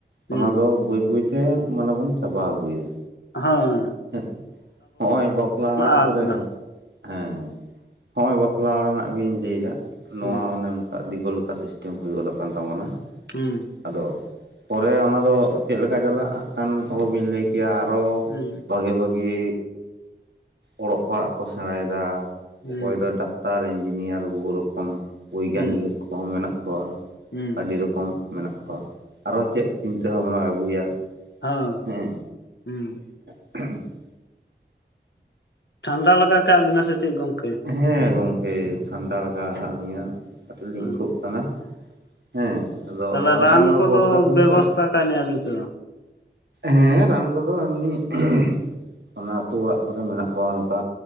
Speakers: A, on the left; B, on the right.
A: ᱦᱩᱸ
B: ᱚᱱᱟ ᱫᱚ ᱵᱟᱹᱭ ᱵᱟᱹᱭ ᱛᱮ ᱢᱟᱱᱮ ᱵᱚᱱ ᱪᱟᱵᱟ ᱟᱹᱜᱩᱭᱮᱫᱟ᱾
A: ᱦᱸ <unintelligible>
B: <unintelligible> ᱦᱮᱸᱥᱮ ᱦᱚᱜᱼᱚᱸᱭ ᱵᱟᱯᱞᱟ ᱚᱲᱟᱜ
A: ᱟᱫ
B: ᱠᱚᱨᱮ,
A: ᱫᱟ
B: ᱦᱮᱸ, ᱦᱚᱜᱼᱚᱭ ᱵᱟᱯᱞᱟ ᱚᱲᱟᱜ ᱨᱮᱱᱟᱜ ᱜᱤᱧ ᱞᱟᱹᱭᱮᱫᱟ, ᱱᱚᱣᱟ
A: ᱦᱩᱸ
B: ᱚᱱᱮ ᱚᱱ ᱟᱰᱤ ᱫᱤᱠᱩ ᱞᱮᱠᱟ ᱥᱤᱥᱴᱮᱢ ᱦᱩᱭ ᱜᱚᱫᱚᱜ ᱠᱟᱱ ᱛᱟᱵᱚᱱᱟ᱾
A: ᱦᱩᱸ,
B: ᱟᱫᱚ ᱯᱚᱨᱮ ᱚᱱᱟᱫᱚ ᱪᱮᱫ ᱞᱮᱠᱟ ᱪᱟᱞᱟᱜ ᱦᱟᱜ ᱠᱦᱟᱱ ᱚᱵᱚᱵᱤᱱ ᱞᱟᱹᱭ ᱠᱮᱭᱟ, ᱟᱨᱚ
A: ᱦᱩᱸ,
B: ᱵᱷᱟᱜᱮ ᱵᱷᱟᱜᱤ, ᱚᱞᱚᱜ ᱯᱟᱲᱦᱟᱜ ᱠᱚ ᱥᱮᱬᱟᱭᱮᱫᱟ
A: ᱦᱩᱸ
B: ᱚᱠᱚᱭ ᱫᱚ ᱰᱟᱠ -ᱴᱟᱨ, ᱤᱧᱡᱤᱱᱤᱭᱟᱨ, ᱩᱦᱚ ᱨᱚᱠᱚᱢ ᱵᱮᱭᱜᱟᱱᱤᱭᱩᱠ
A: ᱦᱩᱸ
B: ᱠᱚ ᱦᱚᱸ ᱢᱮᱱᱟᱜ ᱠᱚᱣᱟ
A: ᱦᱩᱸ
B: ᱟᱹᱰᱤ ᱨᱮᱠᱚᱢ᱾ ᱢᱮᱱᱟᱜ ᱠᱚᱣᱟ, ᱟᱨᱚ ᱪᱮᱫ ᱪᱤᱱᱛᱟᱹ ᱵᱷᱟᱵᱱᱟᱢ ᱟᱹᱜᱩᱭᱟ
A: ᱦᱟᱸ
B: ᱦᱮᱸ
A: <unintelligible> ᱦᱩᱸ
B: <unintelligible>
A: ᱴᱷᱟᱱᱰᱟ ᱞᱟᱜᱟᱣ ᱠᱟᱜ ᱵᱤᱱᱟ ᱥᱮ ᱪᱮᱫ ᱜᱚᱝᱠᱮ?
B: ᱦᱮᱸ ᱜᱚᱝᱠᱮ ᱴᱷᱟᱱᱰᱟ ᱞᱟᱜᱟᱣ ᱟᱠᱟᱫ ᱞᱤᱧᱟᱹ ᱠᱟᱹᱴᱤᱡ ᱞᱤᱧ
A: ᱦᱚᱸ
B: ᱠᱷᱩᱜ ᱠᱟᱱᱟ᱾ ᱦᱮᱸ, ᱟᱫᱚ
A: ᱛᱟᱦᱚᱞᱮ
B: ᱱᱚᱜᱼᱚᱭ
A: ᱨᱟᱱ
B: ᱱᱚᱣᱟ
A: ᱠᱚᱫᱚ
B: ᱵᱚᱨᱥᱟ ᱫᱤᱱ
A: ᱵᱮᱵᱚᱥᱛᱷᱟ
B: ᱛᱚ,
A: ᱠᱟᱭᱱᱟ ᱵᱤᱱ ᱥᱮ ᱵᱟᱝ?
B: ᱦᱮᱸ ᱨᱟᱱ ᱠᱚᱫᱚ ᱤᱢᱱᱤ <unintelligible> ᱚᱱᱟ ᱟᱛᱩ ᱚᱲᱟᱜ ᱠᱚᱨᱮ ᱢᱮᱱᱟᱜ ᱠᱚᱣᱟ, ᱱᱚᱝᱠᱟ